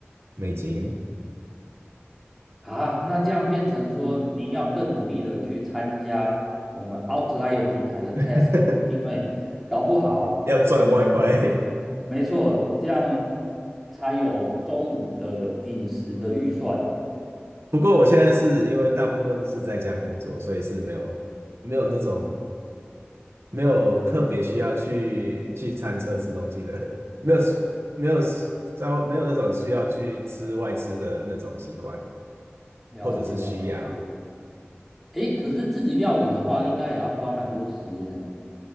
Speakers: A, on the right; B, in the centre.
A: 美金，
B: 啊，那这样变成说，您要更努力的去参加我们 Outlier 平台的 tasking，
A: <laughs>
B: 因为搞不好我们
A: 要赚外快。<laughs>
B: 没错，这样才有中午的饮食的预算啊。
A: 不过我现在是因为大部分是在家工作，所以是没有没有那种。没有特别需要去去餐车吃东西的，<laughs> 没有没有稍没有那种需要去吃外吃的那种习惯，
B: 了解了解，
A: 或者是需要。
B: 诶，可是自己料理的话，应该也要花蛮多时间呢。